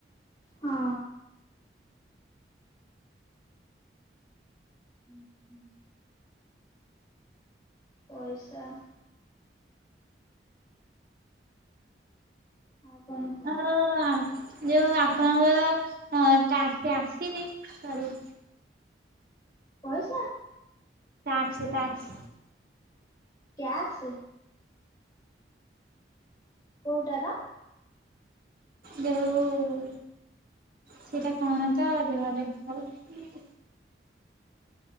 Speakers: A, on the left; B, on the right.
A: ହଁ। ହୁଁ। ପଇଷା ଆଉ କଣ କୁହ?
B: ଆଉ ଯୋଉ ଆପଣଙ୍କର ଟ୍ୟାକ୍ସ ଆସିନି ସରି।
A: ପଇଷା
B: ଟ୍ୟାକ୍ସ ଟ୍ୟାକ୍ସ।
A: ଟ୍ୟାକ୍ସ। କୋଉଟାର?
B: ଯୋଉ ସେଇଟା କଣ ତ ରୁହ ଦେଖୋଉଚି।